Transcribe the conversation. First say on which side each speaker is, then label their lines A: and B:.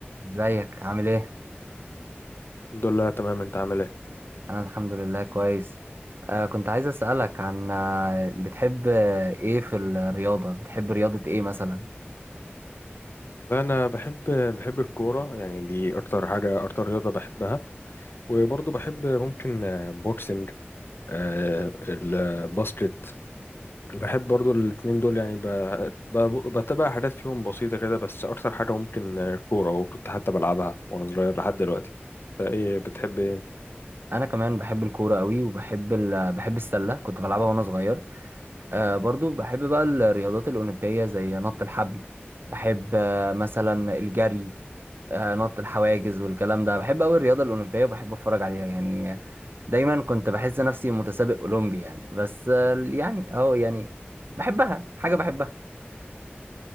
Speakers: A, on the right (about 60°); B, on the left (about 60°).
A: ازيك عامل ايه
B: الحمد لله تمام انت عامل ايه
A: انا الحمد لله كويس آه كنت عايز اسالك عن آه، بتحب آه، ايه في الرياضه بتحب رياضه ايه مثلا
B: لا انا بحب بحب الكوره يعني دي اكتر حاجه اكتر رياضه بحبها وبرضه بحب ممكن آه، بوكسنج آه، الباسكت بحب برضه الاتنين دول يعني ب- ب- بتابع حاجات فيهم بسيطه كده بس اكتر حاجه ممكن آه، كوره وكنت حتى بلعبها وانا صغير لحد دلوقتي انت ايه بتحب ايه انت
A: انا كمان بحب الكوره قوي وبحب ال... بحب السله كنت بلعبها وانا صغير آه برضو بحب بقى الرياضات الاولمبيه زي نط الحبل بحب آه مثلا الجري آه نط الحواجز والكلام ده بحب قوي الرياضه الاولمبيه وبحب اتفرج عليها يعني آه، دايما كنت بحس نفسي متسابق اولمبي يعني بس آه يعني اهو يعني بحبها حاجه بحبها